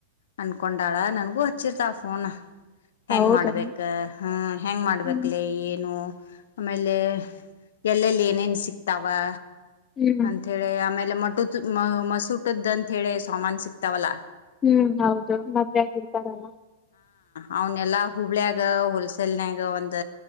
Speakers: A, on the left; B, on the left.
A: ಅನ್ಕೊಂಡಾಳ ನನಗೂ ಹಚ್ಚಿರ್ತಳ ಫೋನ್ ಹೆಂಗ್
B: ಹೌದಾ
A: ಮಾಡ್ಬೇಕ ಹ್ಮ್ ಹೆಂಗ್ ಮಾಡ್ಬೇಕಕ್ಲಿ
B: ಹ್ಮ್
A: ಏನು ಆಮೇಲೆ ಎಲ್ಲೆಲ್ಲಿ ಏನೇನ್ ಸಿಕ್ತವೆ
B: ಹ್ಮ್
A: ಅಂತ ಹೇಳಿ ಆಮೇ ಮಟ್ಟ ಮಸುಟ್ ಅಂತ ಹೇಳಿ ಸಾಮಾನನ್ ಸಿಕ್ತಾವಲ್ಲಾ
B: ಹ್ಮ್ ಹೌದು ಮದ್ವಗ ಇರ್ತಾರಲ್ಲ
A: ಅವನ್ಲ್ಲಾ ಹುಬ್ಬಳ್ಯಾಗ ಹೋಲ್ಸೇಲ್ನ್ಯಾಗ ಒಂದ